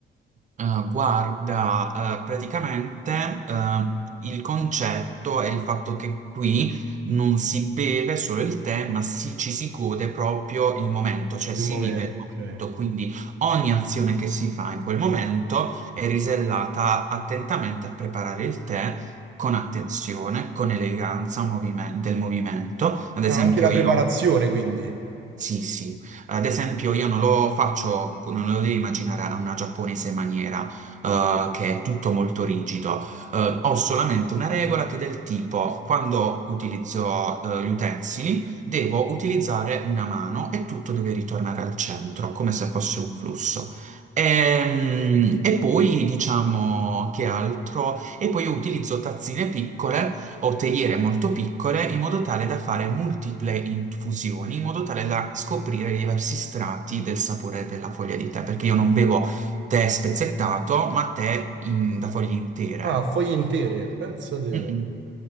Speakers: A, on the right; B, on the right.
A: Eh, guarda, eh, praticamente eh, il concetto è il fatto che qui non si beve solo il tè, ma si- ci si gode proprio il momento, cioè si
B: Il momento,
A: vive il momento,
B: ok.
A: quindi ogni azione che si fa in quel momento è risellata attentamente a preparare il tè con attenzione, con eleganza movimen- del movimento. Ad
B: Ah,
A: esempio,
B: anche la preparazione,
A: io
B: quindi.
A: sì, sì. Ad esempio, io non lo faccio, non lo devi immaginare a una giapponese maniera, eh, che è tutto molto rigido. Eh, ho solamente una regola che è del tipo, quando utilizzo, eh, gli utensili, devo utilizzare una mano e tutto deve ritornare al centro, come se fosse un flusso. Ehm, E, poi diciamo che altro? E poi io utilizzo tazzine piccole o teiere molto piccole in modo tale da fare multiple infusioni, in modo tale da scoprire i diversi strati del sapore della foglia di tè, perché io non bevo tè spezzettato, ma tè in- da foglie intere.
B: Ah, foglie intere, pensa te.
A: Mm-mm.